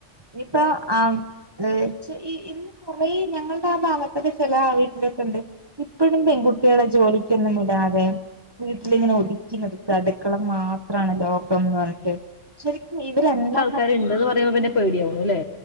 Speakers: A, on the right; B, on the left.
A: ഇഞ്ഞിപ്പൊ ആണ <unintelligible> ച്ച് ഈ ഇന്ന് കൊറേ ഞങ്ങളുടെ ആ ഭാഗത്തൊക്കെ ചെല ആ വീട്ടിലൊക്കെണ്ട്, ഇപ്പഴും പെൺകുട്ടിയളെ ജോലിക്കൊന്നും വിടാതെ വീട്ടിലിങ്ങനെ ഒതുക്കി നിർത്ത. അടുക്കള മാത്രാണ് ലോകംന്ന് പറഞ്ഞിട്ട്. ശരിക്കും ഇവർ എന്ന
B: ക്കാര് ഇണ്ട്ന്ന് പറയുമ്പോ പിന്നെ പേടിയാവും അല്ലേ?